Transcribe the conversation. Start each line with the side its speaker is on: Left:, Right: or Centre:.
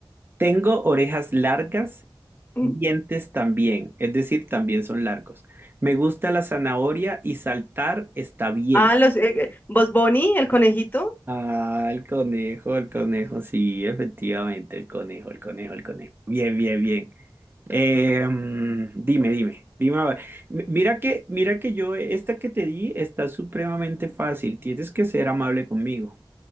Right: Tengo orejas largas,
Left: Mm.
Right: dientes también, es decir, también son largos. Me gusta la zanahoria y saltar está bien.
Left: Ah, los, eh, eh, Bugs Bunny, el conejito.
Right: Ah, el conejo, el conejo, sí, efectivamente, el conejo, el conejo, el conejo. Bien, bien, bien. Eh, mm, dime, dime, dime. a ver. M- Mira que, mira que yo, esta que te di está supremamente fácil. Tienes que ser amable conmigo.